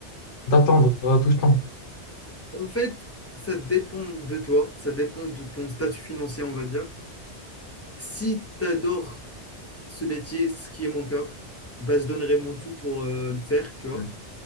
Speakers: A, on the left; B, on the left.
A: d'attendre euh, tout ce temps?
B: En fait, ça dépend de toi, ça dépend de ton statut financier, on va dire. Si t'adores ce métier, ce qui est mon cas, bah, je donnerais mon tout pour euh, le faire, tu vois.
A: Mm.